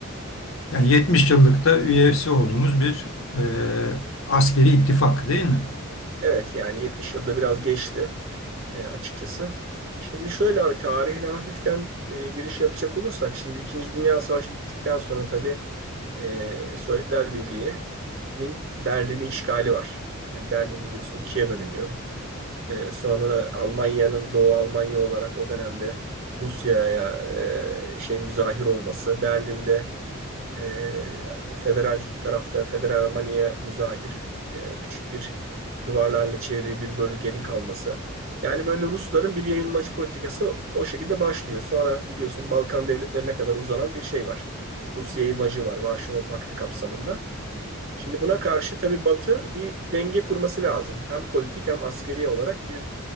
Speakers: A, on the left (about 65°); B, on the right (about 45°).
A: Yani 70 yıllıkta üyesi olduğumuz bir e, askeri ittifak değil mi?
B: Evet yani 70 yılda biraz geçti. e, açıkçası. Şimdi şöyle abi tarihine hafiften e, giriş yapacak olursak şimdi İkinci Dünya Savaşı bittikten sonra tabii e, Sovyetler Birliği'nin Berlin'i işgali var. Yani Berlin biliyorsun ikiye bölünüyor. E, sonra da Almanya'nın Doğu Almanya olarak o dönemde Rusya'ya e, şey müzahir olması, Berlin'de e, federal tarafta, federal Almanya'ya müzahir e, küçük bir duvarlarla çevrili bir bölgenin kalması. Yani böyle Rusların bir yayılmacı politikası o şekilde başlıyor. Sonra biliyorsun Balkan devletlerine kadar uzanan bir şey var. Rus yayılmacı var Varşova Paktı kapsamında. Şimdi buna karşı tabii Batı bir denge kurması lazım. Hem politik hem askeri olarak bir